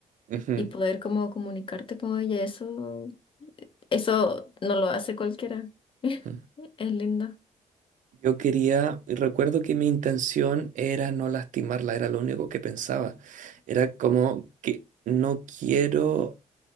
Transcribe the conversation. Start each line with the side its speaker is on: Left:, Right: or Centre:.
Right: Ujú,
Left: y poder como comunicarte con ella. Eso Eso no lo hace cualquiera. <laughs>
Right: ujú.
Left: Es lindo.
Right: Yo quería, y recuerdo que mi intención era no lastimarla, era lo único que pensaba. Era como que no quiero